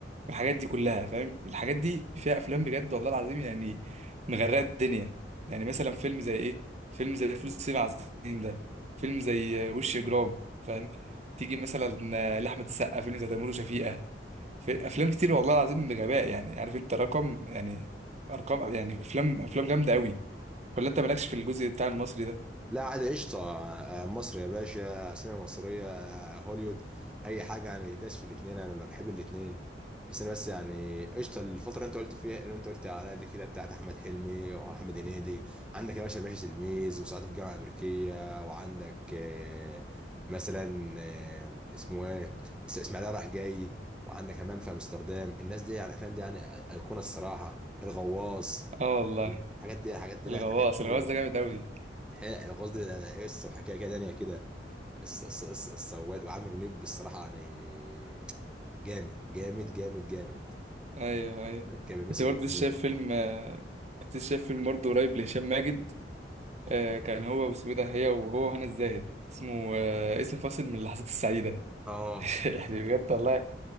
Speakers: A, on the right; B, in the centre.
A: والحاجات دي كلها فاهم الحاجات دي فيها افلام بجد والله العظيم يعني مغرقه الدنيا يعني مثلا فيلم زي ايه فيلم زي فول الصين العظيم ده فيلم زي آه، وش اجرام فاهم تيجي مثلا آه، لاحمد السقا فيلم زي تيمور وشفيقة في افلام كتير والله العظيم بغباء يعني عارف انت رقم يعني ارقام يعني افلام افلام جامده قوي ولا انت مالكش في الجزء بتاع المصري ده
B: لا عادي قشطة آه، مصر يا باشا سينما مصرية آه، هوليوود أي حاجة يعني داس في الاتنين أنا بحب الاتنين بس أنا بس يعني قشطة الفترة اللي أنت قلت فيها اللي أنت قلت عليها دي كده بتاعت أحمد حلمي وأحمد هنيدي عندك يا باشا باشا تلميذ وصعيدي في الجامعة الأمريكية وعندك آه، مثلا آه، اسمه إيه اس- إسماعيلية رايح جاي وعندك همام في أمستردام الناس دي يعني الأفلام دي يعني أيقونة الصراحة الغواص
A: اه والله
B: الحاجات دي الحاجات دي
A: الغواص
B: لا الحاجات دي
A: الغواص ده جامد قوي
B: حلق قصدي لا- لا، قصه وحكايه كده تانيه كده قصه قصه قصه قصة. وعامر منيب بالصراحه يعني جامد جامد جامد جامد
A: ايوه ايوه
B: كان بيمثل
A: كنت برضه لسه
B: بالدنيا.
A: شايف فيلم آه، كنت لسه شايف فيلم برضه قريب لهشام ماجد آه، كان هو واسمه إيه ده هي وهو وهنا الزاهد اسمه آه، اسم فاصل من اللحظات السعيده
B: اه
A: <laughs> يعني بجد والله